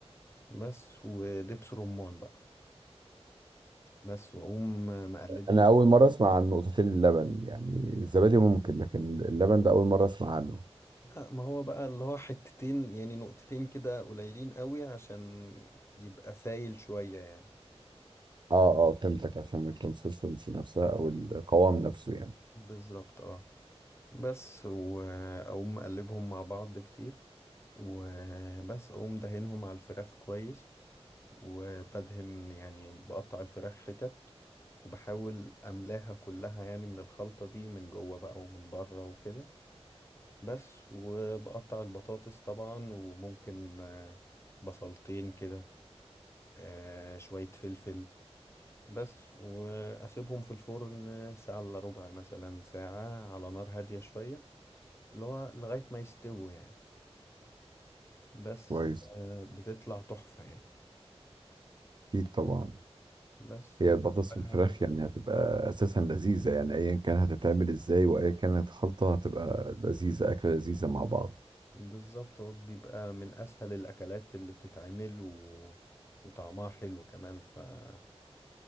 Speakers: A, on the left; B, on the right.
A: بس ودبس رمان بقى بس واقوم مقلبهم
B: انا اول مره اسمع عن نقطتين اللبن يعني الزبادي ممكن لكن اللبن ده اول مره اسمع عنه
A: لا ما هو بقى اللي هو حتتين يعني نقطتين كده قليلين قوي عشان يبقى سايل شوية يعني
B: اه اه فهمتك عشان الكونسيستنسي نفسها او القوام نفسه يعني
A: بالظبط اه بس وأقوم أقلبهم مع بعض كتير وبس أقوم دهنهم على الفراخ كويس وبدهن يعني بقطع الفراخ حتت وبحاول أملاها كلها يعني من الخلطة دي من جوه بقى ومن بره وكده بس وبقطع البطاطس طبعا وممكن آه، بصلتين كده آه، شوية فلفل بس وأسيبهم في الفرن ساعة إلا ربع مثلا ساعة على نار هادية شوية اللي هو لغاية ما يستووا يعني بس
B: كويس
A: آه، بتطلع تحفة يعني
B: اكيد طبعا
A: بس
B: هي
A: وجنبها
B: البطاطس بالفراخ يعني هتبقى اساسا لذيذه يعني ايا كان هتتعمل ازاي وايا كانت الخلطه هتبقى لذيذه اكله لذيذه مع بعض
A: بالظبط هو بيبقى من أسهل الأكلات اللي بتتعمل و... وطعمها حلو كمان فأظن